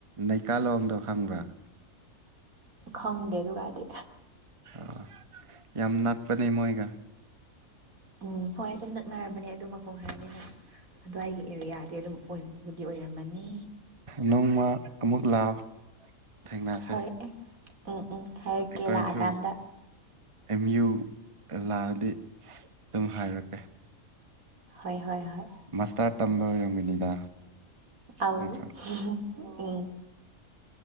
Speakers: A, on the right; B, on the right.
A: ꯅꯩꯀꯥꯂꯣꯡꯗꯣ ꯈꯪꯕ꯭ꯔꯥ
B: ꯈꯪꯗꯦ ꯑꯗꯨꯒꯗꯤ
A: ꯑ ꯌꯥꯝ ꯅꯛꯄꯅꯦ ꯃꯣꯏꯒ
B: ꯎꯝ ꯍꯣꯏ ꯑꯗꯨꯝ ꯅꯛꯅꯔꯝꯕꯅꯦ ꯑꯗꯨ ꯃꯈꯣꯡ ꯍꯥꯏꯕꯅꯤꯅ ꯑꯗꯨꯋꯥꯏꯒꯤ ꯑꯦꯔꯤꯌꯥꯗꯤ ꯑꯗꯨꯝ ꯑꯣꯏꯕꯕꯨꯗꯤ ꯑꯣꯏꯔꯝꯃꯅꯤ
A: ꯅꯣꯡꯃ ꯑꯃꯨꯛ ꯂꯥꯛꯑꯣ ꯊꯦꯡꯅꯁꯦ
B: ꯍꯣꯏ ꯎꯝ ꯎꯝ ꯍꯥꯏꯔꯛꯀꯦ
A: ꯑꯩꯈꯣꯏꯁꯨ
B: ꯂꯥꯛꯑꯀꯥꯟꯗ
A: ꯑꯦꯝ ꯌꯨꯗ ꯂꯥꯛꯑꯗꯤ ꯑꯗꯨꯝ ꯍꯥꯏꯔꯛꯀꯦ
B: ꯍꯣꯏ ꯍꯣꯏ ꯍꯣꯏ
A: ꯃꯁꯇꯥꯔ ꯇꯝꯕ ꯑꯣꯏꯔꯝꯒꯅꯤꯗ
B: ꯑꯥꯎ
A: ꯅꯪꯁꯨ
B: <unintelligible> ꯎꯝ